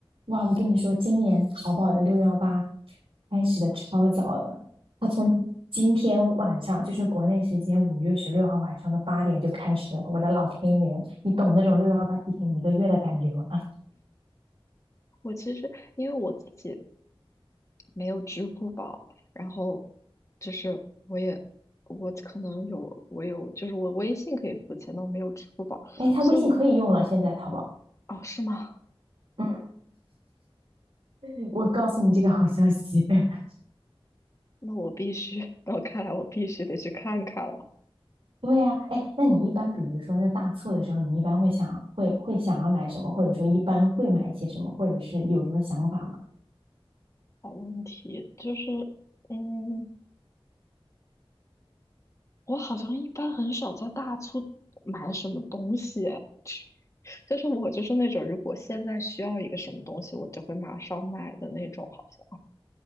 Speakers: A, on the right (about 70°); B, on the left (about 30°).
A: 哇，我跟你说，今年淘宝的六幺八开始的超早了，它从今天晚上，就是国内时间五月十六号晚上的八点就开始了。我的老天爷，你懂那种六幺八提前一个月的感觉吗？<laughs>
B: 我其实因为我自己没有支付宝，然后就是我也我可能有我有就是我微信可以付钱，但我没有支付宝，
A: 哎，他微信可以用了，
B: 所以我
A: 现在淘宝。
B: 哦是吗？
A: 嗯，<laughs> 我告诉你这个好消息。<laughs>
B: 那我必须，<laughs> 那我看来我必须得去看看了。
A: 对呀，哎，那你一般比如说是大促的时候，你一般会想会会想要买什么，或者说一般会买一些什么，或者是有什么想法吗？
B: 好问题就是，嗯，我好像一般很少在大促买什么东西，<laughs> 就是我就是那种如果现在需要一个什么东西，我就会马上买的那种，好像